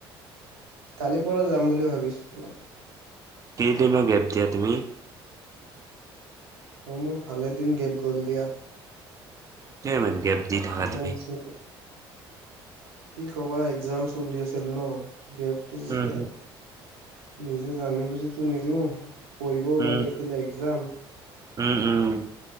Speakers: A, on the right; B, on the right.
A: কালিৰ পৰা যাম বুলি ভাবিছো তোমাৰ
B: কেইদিনৰো গেপ দিয়া তুমি
A: অঁ মোৰ ভালেদিন গেপ গল দিয়া
B: কে মে কে দি থকা
A: কমচে
B: তমি
A: কি কবা এক্সাম চলিয়ছিল ন গেপটো এতিয়া
B: উম
A: নিজে জানি বুজি তো নিদিওঁ পঢ়িবও
B: হম
A: লাগে এইফালে একজাম
B: উম উম